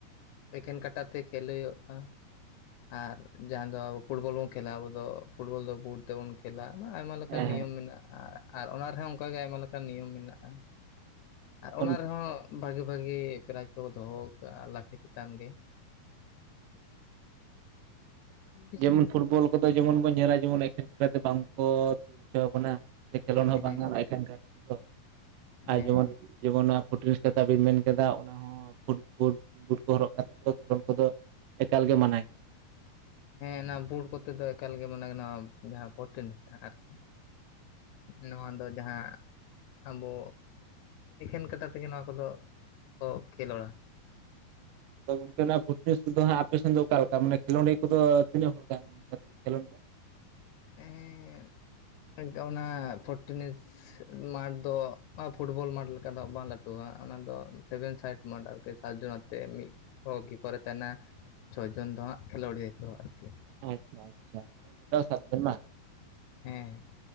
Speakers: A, on the left; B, on the right.
A: ᱮᱠᱷᱮᱱ ᱠᱟᱴᱟ ᱛᱮ ᱠᱷᱮᱞ ᱦᱩᱭᱩᱜᱼᱟ। ᱟᱨ ᱡᱟᱦᱟᱸ ᱫᱚ ᱟᱵᱚ ᱯᱷᱩᱴᱵᱚᱞ ᱵᱚᱱ ᱠᱷᱮᱞᱟ ᱟᱵᱚ ᱫᱚ ᱯᱷᱩᱴᱵᱚᱞ ᱫᱚ ᱵᱩᱴ ᱛᱮᱵᱚᱱ ᱠᱷᱮᱞᱟ ᱟᱭᱢᱟ ᱞᱮᱠᱟᱱ
B: ᱦᱮᱸ
A: ᱱᱤᱭᱚᱢ
B: ᱦᱮᱸ
A: ᱢᱮᱱᱟᱜᱼᱟ᱾ ᱟᱨ ᱚᱱᱟ ᱨᱮᱦᱚᱸ ᱚᱱᱠᱟᱜᱮ ᱟᱭᱢᱟ ᱞᱮᱠᱟᱱ ᱱᱤᱭᱚᱢ ᱢᱮᱱᱟᱜᱼᱟ᱾
B: ᱡᱮᱢᱚᱱ
A: ᱟᱨ ᱚᱱᱟ ᱨᱮᱦᱚᱸ। ᱵᱷᱟᱜᱤ ᱵᱷᱟᱜᱤ ᱯᱮᱨᱟᱡᱽ ᱠᱚᱼᱠᱚ ᱫᱚᱦᱚ ᱠᱟᱜᱼᱟ᱾ ᱞᱟᱠᱷᱮ ᱪᱮᱛᱟᱱ ᱜᱮ। ᱵᱮᱥᱤ
B: ᱡᱮᱢᱚᱱ ᱯᱷᱩᱴᱵᱚᱞ ᱠᱚᱫᱚ ᱡᱮᱢᱚᱱ ᱵᱚᱱ ᱧᱮᱞᱟ ᱡᱮᱢᱚᱱ ᱮᱠᱷᱮᱱ ᱠᱟᱛᱷᱟ ᱛᱮ ᱵᱟᱝ ᱠᱚ ᱠᱷᱮᱞ ᱦᱚᱪᱚ ᱵᱚᱱᱟ। ᱥᱮ ᱠᱷᱮᱞᱳᱰ ᱦᱚᱸ
A: ᱦᱮᱸ
B: ᱵᱟᱝ ᱜᱟᱱᱚᱜᱼᱟ ᱛᱮᱫᱚ
A: ᱦᱮᱸ
B: ᱟᱨ ᱡᱮᱢᱚᱱ ᱡᱮᱢᱚᱱ ᱯᱷᱩᱴᱱᱮᱥ। ᱠᱟᱛᱷᱟ ᱵᱤᱱ ᱢᱮᱱ ᱠᱮᱫᱫᱟ ᱚᱱᱟ ᱦᱚᱸ ᱯᱩᱴ ᱯᱩᱴ ᱵᱩᱴ ᱠᱚ ᱦᱟᱚᱨᱚᱜ ᱠᱟᱛᱮ ᱫᱚ ᱮᱠᱟᱞ ᱜᱮ ᱢᱟᱱᱟ ᱜᱮᱭᱟ।
A: ᱦᱮᱸ ᱚᱱᱟ ᱵᱩᱞ ᱠᱚᱛᱮ ᱫᱚ ᱮᱠᱟᱞ ᱜᱮ ᱢᱟᱱᱮ ᱱᱚᱣᱟ ᱡᱟᱦᱟᱸ ᱵᱷᱴᱥᱟᱜ ᱟᱨᱠᱤ। ᱱᱚᱣᱟ ᱫᱚ ᱡᱟᱦᱟᱸ। ᱟᱵᱚ ᱮᱠᱷᱮᱱ ᱠᱟᱴᱷᱟ ᱛᱮᱜᱮ ᱱᱚᱣᱟ ᱠᱚᱫᱚ ᱠᱚ ᱠᱷᱮᱞᱳᱲᱟ।
B: ᱟᱫᱚ ᱜᱚᱝᱠᱮᱱᱟᱜ ᱯᱷᱩᱴᱱᱤ ᱫᱚ ᱦᱟᱸᱜ ᱟᱯᱮ ᱥᱮᱱ ᱫᱚ ᱚᱠᱟ ᱞᱮᱠᱟ ᱢᱟᱱᱮ ᱠᱷᱮᱞᱳᱰᱤᱭᱟᱹ ᱠᱚᱫᱚ ᱛᱤᱱᱟᱹᱜ ᱦᱚᱲ ᱠᱟᱱ ᱠᱷᱮᱞᱳᱰ ᱫᱚ? <unintelligible>
A: ᱦᱮᱸ ᱚᱱᱟ ᱯᱷᱳᱨᱴᱤᱱ। ᱢᱟᱴᱷ ᱫᱚ ᱯᱷᱩᱴᱵᱚᱞ ᱢᱟᱴᱷ ᱞᱮᱠᱟ ᱫᱚ ᱵᱟᱝ ᱞᱟᱹᱴᱩᱣ ᱼᱟ᱾ ᱚᱱᱟ ᱫᱚ ᱥᱮᱵᱷᱮᱱ ᱥᱟᱭᱤᱴ ᱢᱟᱴᱷ ᱟᱨᱠᱤ ᱥᱟᱛ ᱡᱚᱱ ᱛᱮ ᱢᱤᱫ ᱠᱤᱯᱟᱨᱮ ᱛᱟᱦᱮᱱᱟ ᱪᱷᱚ ᱡᱚᱱ ᱫᱚ ᱦᱟᱸᱜ ᱠᱷᱮᱞᱳᱰᱤᱭᱟᱹ ᱠᱚ ᱟᱨᱠᱤ।
B: ᱟᱪᱪᱷᱟ ᱟᱪᱪᱷᱟ ᱢᱟᱱᱮ ᱴᱳᱴᱟᱞ ᱥᱟᱛᱡᱚᱱ ᱵᱟᱝ।
A: ᱦᱮᱸ